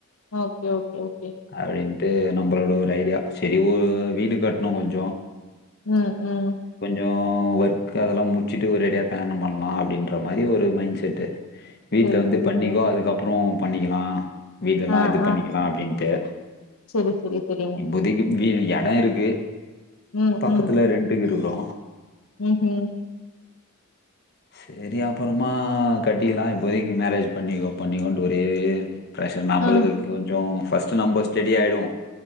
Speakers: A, on the left; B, on the left.
A: ஓகே ஓகே ஓக்
B: அப்டின்ட்டு நம்பளோட ஒரு ஐடியா சரி வூ வீடு கட்ணு கொஞ்சோ
A: உம் உம்
B: சோ ஒர்க் அதெல்லா முடிச்சிட்டு ஒரேடியா கல்யாணம் பண்ணலா அப்டின்ற மாரி ஒரு மைண்ட்செட்டு வீட்ல
A: சரி,
B: வந்து
A: சரி,
B: பண்ணிக்கோ
A: சரி.
B: அதுக்கப்ரோ பண்ணிக்கலா வீடு எல்லா
A: ஆ,
B: இது பண்ணிக்கலா
A: ஆ.
B: அப்டின் ட்டு
A: சரி, சரி, சரிங்க.
B: இப்போதைக்கு எடோ இருக்கு
A: ம்,
B: பக்கத்துல
A: ம்.
B: ரெண் இருக்குறோ
A: ம்ஹ்ம்.
B: சேரி அப்பறமா கட்டிக்கலா இப்போதைக்கு மேரேஜ் பண்ணிக்கோ பண்ணிக்கோண்டு ஒரே ப்ரஷர் நம்பளுக்கு
A: ஆ,
B: கொஞ்சோ ஃபர்ஸ்ட் நம்ப ஸ்டடி ஆய்டுவோ